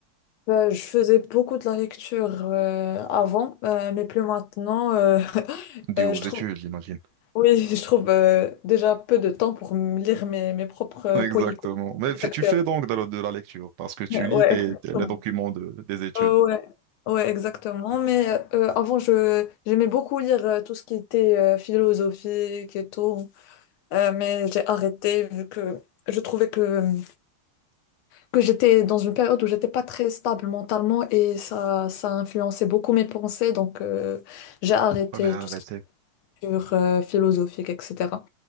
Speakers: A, on the left; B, on the right.
A: Euh, je faisais beaucoup de la lecture euh, avant, euh, mais plus maintenant. euh, <laughs>
B: dû
A: euh,
B: aux
A: je
B: études,
A: trouve,
B: j'imagine.
A: oui, <laughs> je trouve euh, déjà peu de temps pour me lire mes, mes propres euh,
B: <laughs> Exactement.
A: polycopies.
B: Mais
A: Exactement.
B: f- tu fais donc de la, de la lecture, parce que tu
A: Euh,
B: lis
A: Ouais,
B: tes-
A: exactement.
B: tes- les documents de- des études.
A: Euh, ouais. Ouais, exactement. Mais euh, euh, avant, je j'aimais beaucoup lire euh, tout ce qui était euh, philosophique et tout, Euh, mais j'ai arrêté vu que je trouvais que que j'étais dans une période où j'étais pas très stable mentalement et ça, ça a influencé beaucoup mes pensées. Donc, euh, j'ai arrêté
B: Allez, arrêtez.
A: tout ce qui est culture, euh, philosophique, etc.